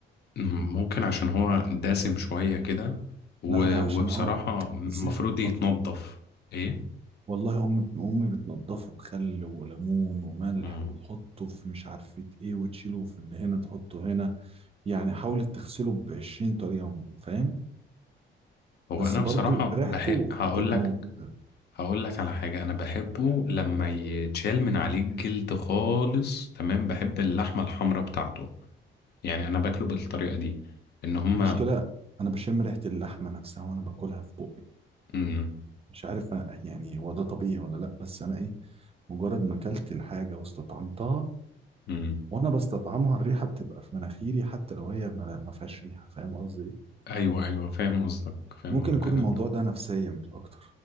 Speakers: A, on the left; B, on the right.
A: م- ممكن عشان هو دسم شوية كده و-
B: لا لا
A: وبصراحة
B: عشان هو
A: المفروض
B: زفر
A: يتنضف
B: برضه
A: ايه
B: والله امي امي بتنضفه بخل وليمون وملح
A: مم.
B: وتحطه في مش عارفه ايه وتشيله في اللي هنا تحطه هنا يعني حاولت تغسله ب 20 طريقه فاهم
A: هو
B: بس
A: انا
B: برضه
A: بصراحة
B: ريحته
A: بحب هقول
B: بتبقى
A: لك
B: موجوده
A: هقول لك على حاجة أنا بحبه لما يتشال من عليه الجلد خالص تمام بحب اللحمة الحمراء بتاعته يعني أنا باكله بالطريقة دي إن هما
B: المشكلة أنا بشم ريحة اللحمة نفسها وأنا باكلها في بقي
A: مم.
B: مش عارف أ- يعني هو ده طبيعي ولا لأ بس أنا إيه مجرد ما أكلت الحاجة واستطعمتها
A: مم.
B: وأنا بستطعمها الريحة بتبقى في مناخيري حتى لو هي ما ما فيهاش ريحة فاهم قصدي إيه؟
A: أيوه أيوه فاهم قصدك فاهم
B: ممكن يكون
A: قصدك. أنا
B: الموضوع ده نفسيا مش أكتر